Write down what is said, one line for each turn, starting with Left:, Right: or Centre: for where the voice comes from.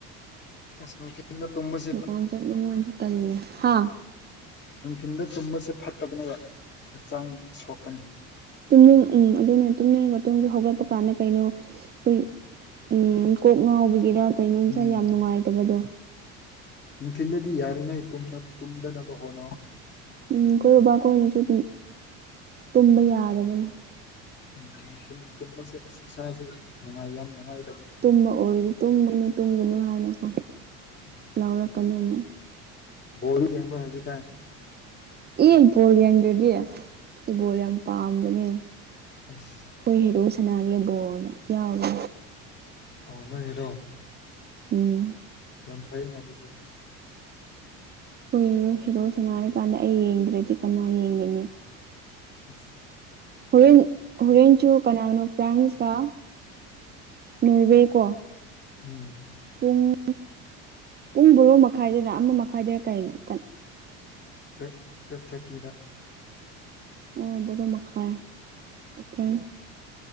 Left: <unintelligible> <unintelligible>
Right: ꯂꯨꯍꫭꯡ ꯆꯠꯅꯤꯡꯉꫭꯏ ꯇꯜꯂ‌ꯦ ꯍꯥ
Left: ꯅꯨꯡꯊꯤꯟꯗ ꯇꯨꯝꯕꯁꯦ ꯐꯠꯇꯕꯅꯦꯕ ꯍꯛꯆꯥꯡ ꯁꯣꯛꯄꯅꯤ
Right: ꯇꯨꯝꯅꯤꯡ ꯎꯝ ꯑꯗꯨꯅꯦ ꯇꯨꯝꯅꯤꯡꯉꯒ ꯇꯨꯝꯕꯤ ꯍꯧꯒꯠꯄ ꯀꯥꯟꯗ ꯀꯩꯅꯣ ꯑꯩꯈꯣꯏ ꯎꯝ ꯀꯣꯛ ꯉꯥꯎꯕꯒꯤꯔꯥ ꯀꯩꯅꯣꯝꯁꯦ
Left: ꯎꯝ
Right: ꯌꯥꯝ ꯅꯨꯡꯉꯥꯏꯇꯕꯗꯣ
Left: ꯅꯨꯡꯊꯤꯜꯗꯗꯤ ꯌꯥꯔꯤꯉꯩ ꯇꯨꯝꯗꯅꯕ ꯍꯣꯠꯅꯧ
Right: ꯎꯝ ꯑꯩꯏ ꯕꯕꯥꯈꯣꯏꯅꯁꯨ ꯑꯗꯨꯝ ꯇꯨꯝꯕ ꯌꯥꯗꯕꯅꯦ
Left: ꯎꯝ ꯅꯨꯡꯊꯤꯜ ꯇꯨꯝꯕꯁꯦ ꯑꯁ ꯏꯁꯥꯁꯦ ꯅꯨꯡꯉꯥꯏ ꯌꯥꯝ ꯅꯨꯡꯉꯥꯏ
Right: ꯇꯨꯝꯕ ꯑꯣꯏꯔꯗꯤ ꯇꯨꯝꯒꯅꯨ ꯇꯨꯝꯒꯅꯨ ꯍꯥꯏꯅꯀꯣ
Left: ꯎꯝ
Right: ꯂꯧꯔꯛꯀꯅꯤ ꯑꯃꯨꯛ
Left: ꯕꯣꯜꯗꯤ ꯌꯦꯡꯕꯔꯥ ꯍꯧꯖꯤꯛꯀꯥꯟ
Right: ꯑꯦ ꯕꯣꯜ ꯌꯦꯡꯗ꯭ꯔꯗꯤ ꯕꯣꯜ ꯌꯥꯝ ꯄꯥꯝꯕꯅꯦ
Left: ꯑ <unintelligible>
Right: ꯑꯩꯈꯣꯏ ꯍꯦꯔꯨ ꯁꯅꯥꯒ‌ꯦ ꯕꯣꯜꯗꫭ ꯌꯥꯎꯔ <unintelligible>
Left: ꯑꫭ ꯅꫭꯏ ꯍ‌ꯦꯔꯣ
Right: ꯎꯝ
Left: ꯌꯥꯝ ꯐꯩꯅ‌ꯦ ꯑꯗꯨꯗꯤ
Right: ꯍꯨꯏꯔꯣ ꯍꯤꯔꯣ ꯁꯥꯟꯅ ꯍꯥꯏꯔꯀꯥꯟꯗ ꯑꯩ ꯌꯦꯡꯗ꯭ꯔꯗꯤ ꯀꯅꯥ ꯌꯦꯡꯒꯅꯤ
Left: ꯑꯣꯐ <unintelligible>
Right: ꯍꯣꯔꯦꯟ ꯍꯣꯔꯦꯟꯁꯨ ꯀꯅꯥꯅꯣ ꯐ꯭ꯔꯥꯟꯁꯀ ꯅꯣꯔꯋꯦ ꯀꯣ
Left: ꯎꯝ
Right: ꯄꯨꯡ ꯄꯨꯡ ꯕꯣꯔꯣ ꯃꯈꯥꯏꯗꯔ ꯑꯃ ꯃꯈꯥꯏꯗ ꯀꯩꯅꯣ ꯀꯣ
Left: ꯐꯤꯚ ꯐꯤꯚ ꯊꯥꯔꯇꯤꯗ
Right: ꯑꯣ ꯕꯔꯣ ꯃꯈꯥꯏ ꯑꯣꯀꯦ